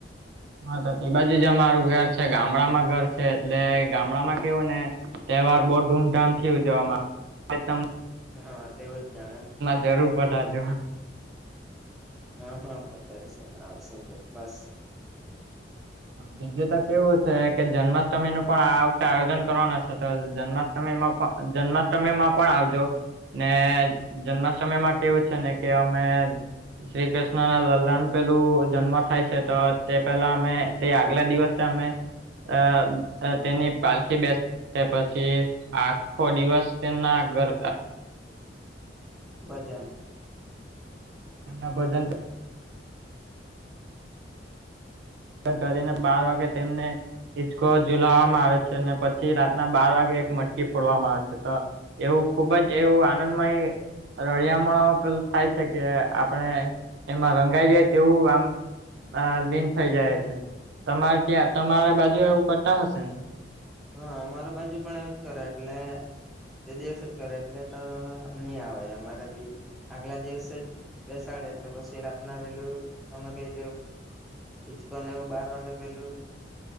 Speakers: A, on the right (about 65°); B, in the centre.
A: હા તો તે બાજુ જ અમારું ઘર છે ગામડામાં ઘર છે એટલે ગામડામાં કેવું ને તહેવાર બહુ ધૂમધામથી ઉજવવામાં આવે ત
B: હા તેવું જ જાણે
A: જરૂર પડ આજ
B: હા હા વધારે છે આવ શું ચોક્સ
A: બીજું તો કેવું છે કે જન્માષ્ટમી નું પણ આ વખતે આયોજન કરવાના છે તો જન્માષ્ટમ યમાં પણ જન્માષ્ટમીમાં પણ આવજો. ને જન્મ સમય માં કેવું છે ને કે અમે શ્રી કૃષ્ણ ના લલલાન પેલું જન્મ થાય છે તો તે પેલા અમે તે આગલા દિવસે અમે અ તેની પાલખી બેસ તે પછી આખો દિવસ તેના ઘર
B: ભજન
A: એમના ભજન કરીને બાર વાગે તેમને ચકો ઝુલાવવામાં આવે છે ને પછી રાતના બાર વાગે એક મટકી ફોડવામાં આવે છે, તો એવું ખુબ જ એવું આનંદમય રળિયામણો પે થાય છે, કે આપણે એમાં રંગાઈ જાય તેવું આમ આ લીન થઇ જાય છે, તમારે ત્યાં તમારા
B: વા
A: બાજુ એવું કરતા હશે ને
B: હા અમાર બાજુ પણ એવું જ કરે એટલે તે દિવસ જ કરે એટલે નહી, આવે અમારે ભી આગલા દિવસે જ બેસાડે એટલે પછી રાતના પેલું તમે કઈ ચકોને એવું બાર વાગે પેલું